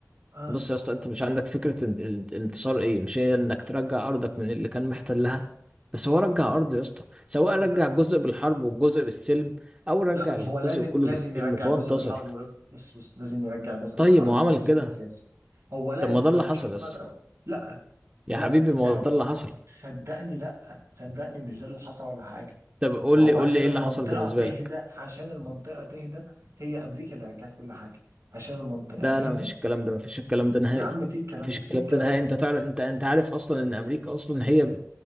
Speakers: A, on the right; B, on the right.
A: اه
B: بص يا اسطى انت مش عندك فكره ان- ال- الانتصار ايه مش هي انك ترجع ارضك من اللي كان محتلها بس هو رجع ارضه يا اسطى سواء
A: انت
B: رجع جزء بالحرب وجزء بالسلم او رجع
A: لا ما
B: الجزء
A: هو لازم
B: كله
A: لازم
B: بالسلم
A: يرجع
B: فهو
A: جزء
B: انتصر
A: بالحرب ورج- بص بص لازم يرجع جزء
B: طيب
A: بالحرب
B: ما هو عمل
A: وجزء
B: كده
A: بالسياسي هو لازم
B: طب ما ده
A: ما
B: اللي
A: فيش
B: حصل
A: حاجه اسمها
B: يا اسطى
A: تراجع لا
B: يا
A: لا
B: حبيبي
A: انت
B: ما هو
A: لو
B: ده اللي حصل
A: صدقني لا صدقني مش ده اللي حصل ولا حاجه
B: طب قول
A: ده هو
B: لي قول
A: عشان
B: لي ايه
A: المنطقه
B: اللي حصل بالنسبه
A: تهدى
B: لك
A: عشان المنطقه تهدى هي امريكا اللي رجعت كل حاجه عشان المنطقه
B: لا
A: تهدى
B: لا مفيش الكلام ده مفيش الكلام ده نهائي
A: يا عم في الكلام
B: مفيش
A: ده
B: الكلام
A: في الكلام
B: ده نهائي
A: ده والله
B: انت تعرف انت انت عارف اصلا ان امريكا اصلا هي بت-